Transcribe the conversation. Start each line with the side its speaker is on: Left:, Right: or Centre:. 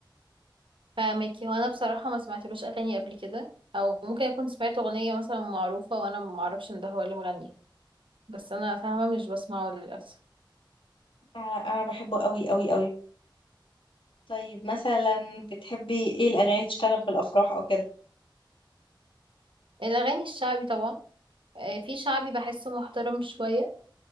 Right: فاهمك هو انا بصراحة ما سمعتلوش اغاني قبل كده او ممكن اكون سمعت اغنية مثلا معروفة وانا ما اعرفش ان ده هو اللي مغني بس انا فاهمة مش بسمعه للأسف
Left: انا أنا بحبه قوي قوي قوي طيب مثلا بتحبي ايه الاغاني تشتغل في الافراح او كده
Right: الأغاني الشعبي طبعا آه، في شعبي بحسه محترم شوية